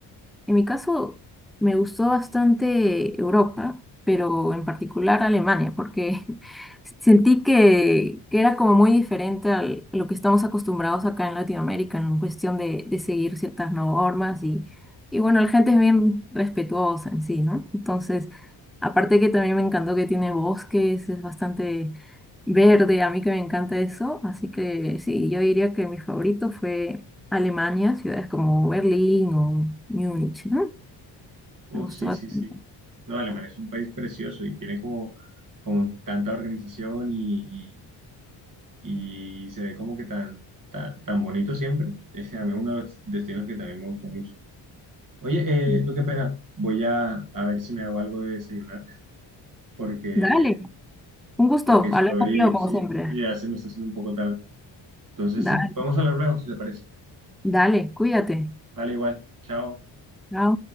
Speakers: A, in the centre; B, on the right (about 40°).
A: en mi caso, me gustó bastante Europa, pero en particular Alemania, porque <laughs> sentí que, que era como muy diferente al- a lo que estamos acostumbrados acá en Latinoamérica, en cuestión de, de seguir ciertas normas y, y bueno, la gente es bien respetuosa en sí, ¿no? Entonces, aparte que también me encantó que tiene bosques, es bastante verde, a mí que me encanta eso, así que sí, yo diría que mi favorito fue Alemania, ciudades como Berlín o Múnich, ¿no?
B: uff,
A: Me gustó
B: sí,
A: bastante.
B: sí, sí. No, Alemania es un país precioso y tiene como, como tanta organización y, y, y se ve como que tan, tan, tan bonito siempre. <laughs> Es a mí uno de los destinos que también me gustó mucho. Oye,
A: Sí.
B: eh, lo que pena, voy a, a ver si me hago algo de desayunar <laughs> porque,
A: Dale, un gusto
B: porque estoy,
A: hablar contigo como
B: sí,
A: siempre.
B: sí, ya se me está haciendo un poco tarde. Entonces,
A: Dale,
B: sí, podemos hablar luego si te parece.
A: dale, cuídate.
B: Vale, igual, chao.
A: Chao.